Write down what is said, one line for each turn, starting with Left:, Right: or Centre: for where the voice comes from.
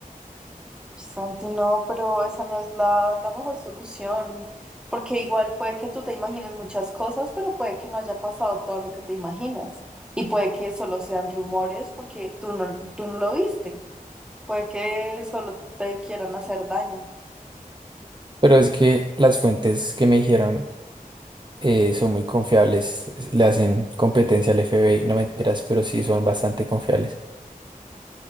Centre: Ay, Santi, no, pero esa no es la, la mejor solución, porque igual puede que tú te imagines muchas cosas, pero puede que no haya pasado todo lo que te imaginas. Y puede que solo sean rumores porque tú no, tú no lo viste. Puede que solo te quieran hacer daño.
Right: Pero es que las fuentes que me dijeron eh, son muy confiables, es- le hacen competencia al F B I no me enteras, pero sí son bastante confiables.